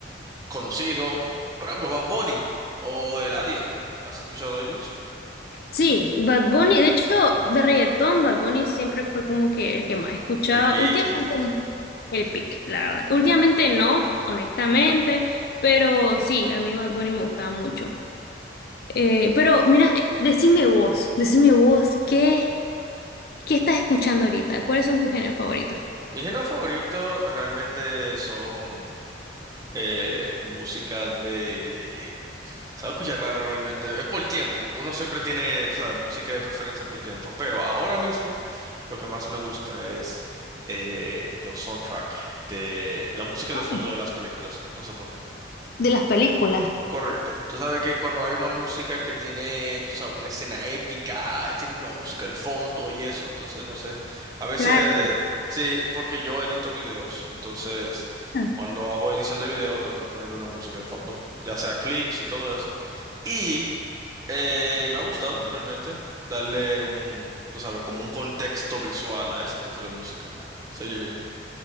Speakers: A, on the right; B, on the left.
A: conocido, por ejemplo, Bad Bunny o Eladio. ¿Has escuchado de ellos?
B: Sí, Bad Bunny, de hecho, de reggaetón, Bad Bunny siempre fue como que el que más escuchaba.
A: El pic,
B: Últimamente
A: el pic.
B: el pick, la verdad. Últimamente no, honestamente, pero sí, a mí Bad Bunny me gustaba mucho. Eh, pero mira, eh, decime vos, decime vos, ¿qué, qué estás escuchando ahorita? ¿Cuáles son tus géneros favoritos?
A: Mi género favorito realmente son eh, música de... Se va a escuchar raro realmente. Es por tiempo, porque uno siempre tiene, tú sabes, música de preferencia por tiempo. Pero ahora mismo lo que más me gusta es eh, los soundtrack de la música
B: Ah,
A: de fondo de las películas. No sé por qué.
B: de las películas.
A: Correcto. Tú sabes que cuando hay una música que tiene, tú sabes, una escena épica, tiene una música de fondo y eso, entonces no sé. A veces,
B: Claro.
A: sí, porque yo edito videos, entonces
B: Ah,
A: cuando hago edición de video tengo que ponerle una música de fondo, ya sea clips y todo eso. Y eh, me ha gustado realmente darle un, tú sabes, como un contexto visual a ese tipo de música. Se oye bien.